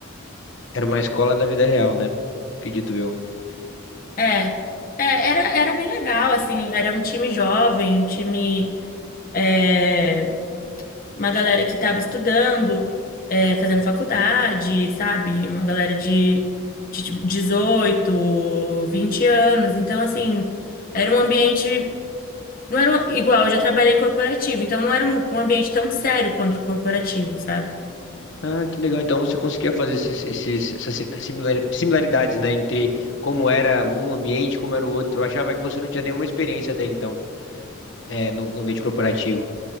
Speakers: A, on the left; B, on the left.
A: era uma escola da vida real, né? Acredito eu.
B: É, é, era, era bem legal, assim, era um time jovem, um time, é, uma galera que tava estudando, é, fazendo faculdade, sabe? Uma galera de, de tipo, 18, 20 anos, então, assim, era um ambiente, não era um- igual, eu já trabalhei em corporativo, então não era um, um ambiente tão sério quanto o corporativo, sabe?
A: Ah, que legal. Então você conseguia fazer esses, esses, essas si- similar- similaridades, né, entre como era um ambiente e como era o outro. Eu achava que você não tinha nenhuma experiência até então, é, no no ambiente corporativo.